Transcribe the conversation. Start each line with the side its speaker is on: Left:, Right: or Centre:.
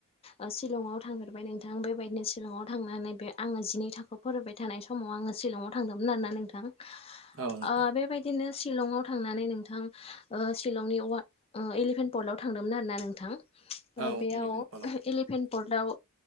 Left: आं सिलंआव थांफेरबाय नोंथां बेबायदिनो सिलंआव थांनानै बे आङो जिनै थाखो फरायबाय थानाय समाव आङो सिलंआव थांदोंमोन आरोना नोंथां। ओ
Right: औ नोंथां
Left: बेबायदिनो शिलंआव थांनानै नोंथां ओ शिलंनि ओ एलिफेन्ट पर्टआव थांदोंमोन आरो ना नोंथां
Right: औ
Left: बेयाव
Right: इलेभेन फलाव
Left: इलिभेन पर्टआव